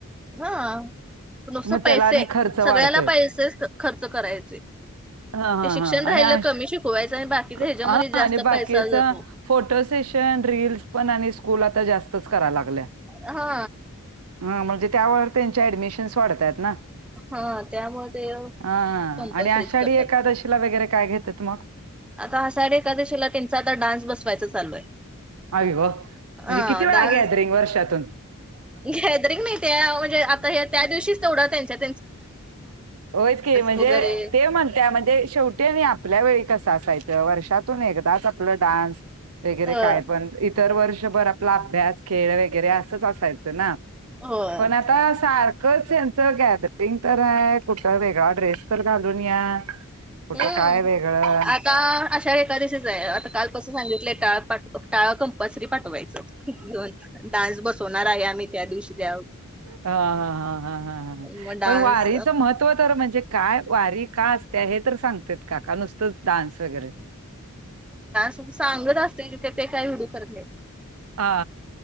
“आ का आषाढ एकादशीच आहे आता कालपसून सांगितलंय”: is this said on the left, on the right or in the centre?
Centre